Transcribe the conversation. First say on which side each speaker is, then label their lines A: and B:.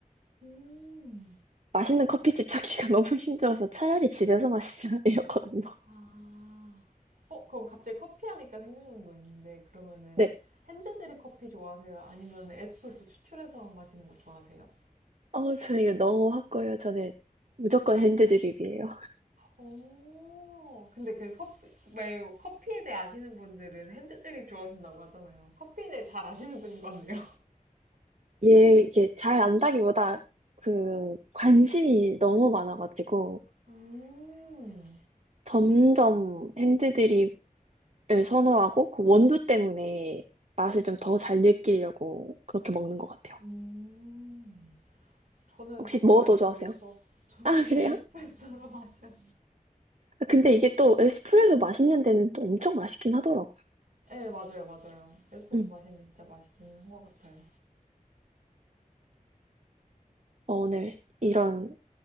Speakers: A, on the right (about 70°); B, on the right (about 50°).
A: 음.
B: 맛있는 커피집 찾기가 <laughs> 너무 힘들어서 차라리 집에서 마시자 <laughs> 이러거든요.
A: 아. 어, 그럼 갑자기 커피 하니까 생각나는 거 있는데 그러면은
B: 네.
A: 핸드드립 커피 좋아하세요? 아니면 에스프레소 추출해서 마시는 거 좋아하세요?
B: 어, 저 이거 너무 확고해요. 저는 무조건 핸드드립이에요.
A: 오. 근데 그 커피, 왜 커피에 대해 아시는 분들은 핸드 드립 좋아하신다고 하잖아요. 커피에 대해 잘 아시는 분인 것 같네요.
B: 얘 이게 잘 안다기보다 그 관심이 너무 많아가지고
A: <laughs> 음,
B: 점점 핸드드립을 선호하고 그 원두 때문에 맛을 좀 더 잘 느끼려고 그렇게 먹는 것 같아요.
A: 음. 저는
B: 혹시
A: 커피
B: 뭐
A: 마실
B: 더 좋아하세요?
A: 줄 몰라서
B: <laughs>
A: 저는
B: 아,
A: 그냥
B: 그래요?
A: 에스프레소로 <laughs> 마셔요.
B: 아, 근데 이게 또 에스프레소 맛있는 데는 또 엄청 맛있긴 하더라고요.
A: 네, 맞아요, 맞아요. 에스프레소
B: 음.
A: 마시는데 진짜 맛있기는 한 것 같아요.
B: 어, 오늘 이런